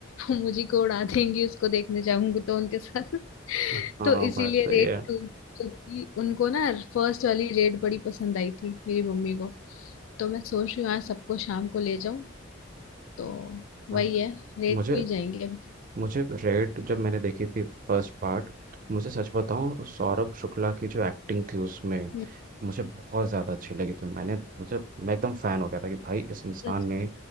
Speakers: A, on the left; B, on the right.
A: वो मुझे को उड़ा देंगी उसको देखने जाऊंगी तो उनके साथ <laughs>
B: हाँ
A: तो इसीलिए
B: बात सही
A: रेड
B: है
A: टू क्योंकि उनको ना फर्स्ट वाली रेड बड़ी पसंद आई थी मेरी मम्मी को तो मैं सोच रही हूँ आज सबको शाम को ले जाऊं तो वही
B: हाँ
A: है रेट
B: मुझे
A: टू ही जाएंगे अब
B: मुझे रेड जब मैंने देखी थी फर्स्ट पार्ट मुझे सच बताऊं सौरभ शुक्ला की जो एक्टिंग थी उसमें
A: हम्म,
B: मुझे बहुत ज़्यादा अच्छी लगी थी मैंने मुझे मैं एकदम फ़ैन हो गया था कि भाई इस इंसान
A: सच-
B: ने